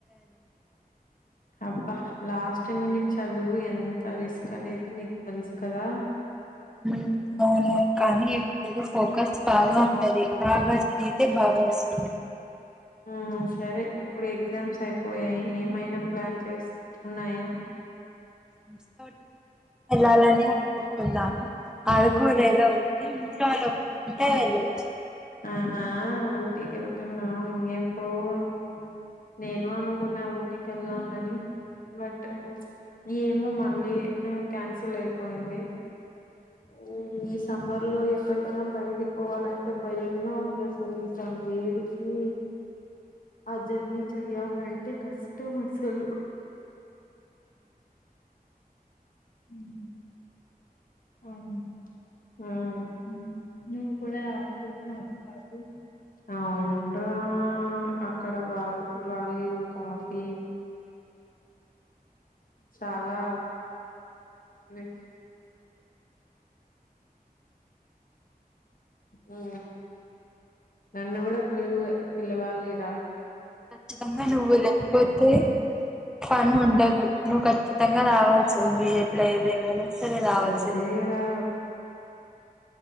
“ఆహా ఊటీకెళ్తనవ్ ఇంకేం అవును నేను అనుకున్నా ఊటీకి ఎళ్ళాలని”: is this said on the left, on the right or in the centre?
Left